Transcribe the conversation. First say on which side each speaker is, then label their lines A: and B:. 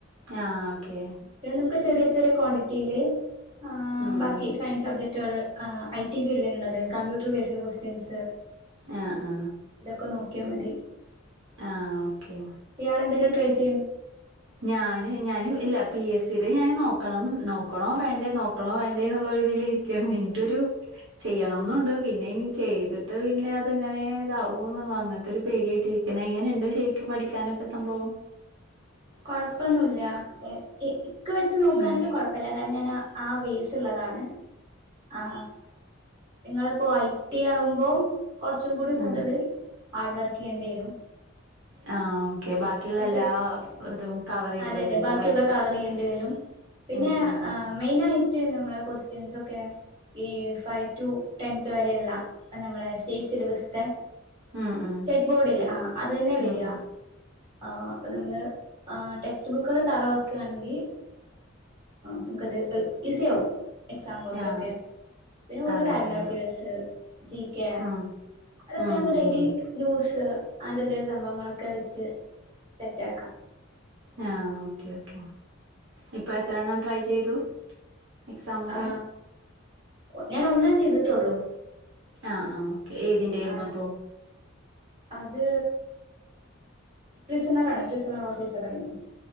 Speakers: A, on the right; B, on the right.
A: ആ ഓക്കേ.
B: പിന്നെ നമുക്ക് ചെറിയ ചെറിയ കോണ്ടിറ്റില് ആ
A: ഉം
B: ബാക്കി
A: ഉം
B: സയൻസ് റ്റള് ഐ ടി ഫീൽഡിലു ള്ളത്, കമ്പ്യൂട്ടർ ബേസ്ഡ് ക്വസ്റ്റ്യൻസ്
A: ആ ആ
B: ഇതൊക്കെ നോക്കിയാ മതി
A: ആഹ് ഓക്കെ
B: ഇയാളെ ന്തേലും ട്രൈ ചെയ്
A: ഞാന് ഞാന് ഇ പി എസ് സിടെ ഞാൻ നോക്കണം, നോക്കണോ വേണ്ടേ, നോക്കണോ വേണ്ടേ, എന്നുള്ള രീതിൽ ഇരിക്കയാണ് എനിക്കൊരു ചെയ്യണംന്നുണ്ട്. പിന്നെ ഇനി ചെയ്തിട്ട് പിന്നെ അതെങ്ങനെ താവോ ന്നുള്ള അങ്ങനത്തെ ഒരു പേടിയായിട്ടിരിക്ക ഇങ്ങനെയുണ്ട് ശെരിക്കും പഠിക്കാനൊക്കെ സംഭവം
B: കൊഴപ്പൊന്നൂല്ല. ഇക്ക് വെച്ച് നോക്കാ
A: ഉം
B: ണെങ്കിൽ കൊഴപ്പല്ല കാരണം ഞാൻ ആ ആ ബേസ് ള്ളതാണ്. ആ നിങ്ങളിപ്പോ ഐ കുട്ടി ആകുമ്പോ കുറച്ചും കൂടി
A: ആ
B: കൂടുതൽ ഹാർഡ് വർക്ക് യ്യേണ്ടി വരും.
A: ആ ഓക്കെ ബാക്കിയുള്ള
B: പക്ഷെ
A: എല്ലാ ഇതും കവർ ചെയ്ത്
B: അതെ,
A: വരുമ്പോ
B: അതെ ബാക്കിയൊക്കെ
A: അല്ലേ
B: കവർ ചെയ്യേണ്ടി വരും പിന്നെ
A: ഉം ഉം
B: എ മെയിൻ ആയിട്ട് ഞമ്മളെ ക്വസ്റ്റ്യൻസ് ഒക്കെ ഈ ഫൈവ് ടു ടെൻത് വരെള്ള, നമ്മളുടെ സ്റ്റേറ്റ് സിലബസ്ത്തെ
A: ഉം ഉം
B: സെറ്റ് ബോർഡ് ല്ലേ? ആ അത് തന്നെ
A: ഉം
B: വരാ
A: ഉം
B: ആ അപ്പൊ നമ്മള് ആ ടെക്സ്റ്റ് ബുക്കള് തറോക്കാ ണെങ്കി നമുക്കത് എളുപ്പ ഈസി ആവും എക്സാം കുറച്ചൊക്കെ
A: ആ
B: പിന്നെ കുറച്ച്
A: അതെല്ലേ
B: കറന്റ് അഫയേർസ്, ജി കെ
A: ഉം
B: അതൊക്കെ
A: ഉം
B: നമ്മക്ക്‌ ഡെയിലി
A: ഉം
B: ലൂസ് അങ്ങനത്തെ എന്തേലും സംഭവങ്ങളൊക്കെ വെച്ച് സെറ്റാക്കാം
A: ആ ഓക്കെ ഓക്കെ ഇപ്പൊ എത്ര എണ്ണം ട്രൈ ചെയ്തു എക്സാം ഒക്കെ
B: ആ ഒ ഞാൻ ഒന്നാ ചെയ്തിട്ടുള്ളൂ
A: ആഹ് ആഹ് ഓക്കെ ഏതിന്റെ ആയിരുന്നു
B: ആ
A: അപ്പോ
B: അത് ട്രിസിനർ ആണ് ട്രിസിനർ ഓഫീസർ ആയിരുന്നു